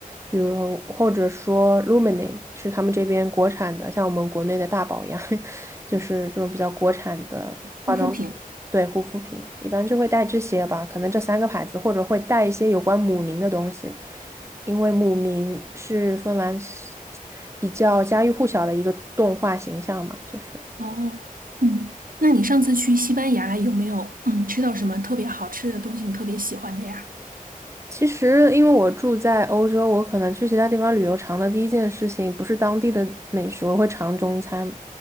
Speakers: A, on the right; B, on the right.
A: 比如或者说 Lumine 是他们这边国产的，像我们国内的大宝一样，<laughs> 就是这种比较国产的化妆品。
B: 护肤品。
A: 对，护肤品一般就会带这些吧，可能这三个牌子，或者会带一些有关姆明的东西，因为姆明是芬兰是比较家喻户晓的一个动画形象嘛，就是。
B: 哦，嗯，那你上次去西班牙有没有嗯吃到什么特别好吃的东西，你特别喜欢的呀？
A: 其实，因为我住在欧洲，我可能去其他地方旅游，尝的第一件事情不是当地的美食，我会尝中餐。